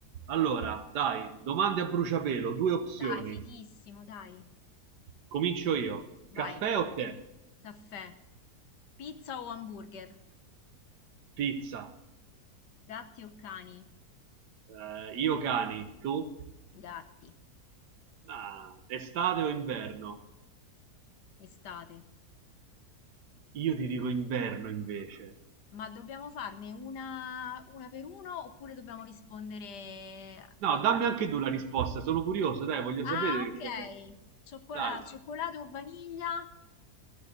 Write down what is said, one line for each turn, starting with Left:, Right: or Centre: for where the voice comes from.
Right: Allora, dai, domande a bruciapelo, due opzioni.
Left: Dai, fighissimo, dai.
Right: Comincio io. Caffè
Left: Vai,
Right: o tè?
Left: caffè, pizza o hamburger,
Right: Pizza.
Left: gatti o cani?
Right: Eh, io cani, tu?
Left: Gatti,
Right: Ah, estate o inverno?
Left: estate.
Right: Io ti dico inverno invece.
Left: Ma dobbiamo farne una, una per uno oppure dobbiamo rispondere...
Right: No, dammi anche tu la risposta, sono curioso, dai, voglio
Left: Ah,
Right: sapere
Left: ok.
Right: che cos'è.
Left: Cioccola-
Right: Dai,
Left: ah, cioccolato o vaniglia?